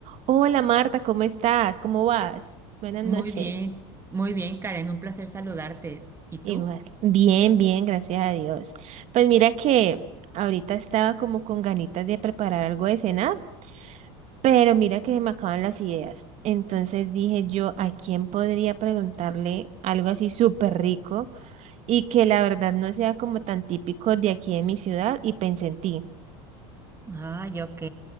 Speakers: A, on the right; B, on the right.
A: Hola Marta, ¿cómo estás? ¿Cómo vas? Buenas
B: Muy
A: noches.
B: bien, muy bien, Karen, un placer saludarte. ¿Y
A: Igual.
B: tú?
A: Bien, bien, gracias a Dios. Pues mira que ahorita estaba como con ganitas de preparar algo de cenar, pero mira que me acaban las ideas. Entonces dije yo, ¿a quién podría preguntarle algo así súper rico y que la verdad no sea como tan típico de aquí de mi ciudad? Y pensé en ti.
B: Ay, ok.